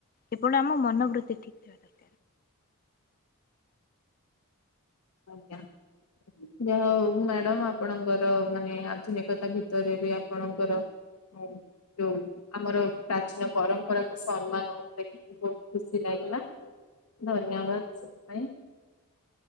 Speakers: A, on the left; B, on the left.
A: କେବଳ ଆମ ମନୋବୃତ୍ତି ଠିକ୍ ଥିବା ଦରକାର।
B: ଆଜ୍ଞା। ଯାହା ହଉ ମ୍ୟାଡାମ ଆପଣଙ୍କର ମାନେ ଆଧୁନିକତା ଭିତରେ ବି ଆପଣଙ୍କର ଆଉ ଯୋଉ ଆମର ପ୍ରାଚୀନ ପରମ୍ପରାକୁ ସମ୍ମାନ ଦେଖି ବହୁତ ଖୁସି ଲାଗିଲା ଧନ୍ୟବାଦ ସେଥିପାଇଁ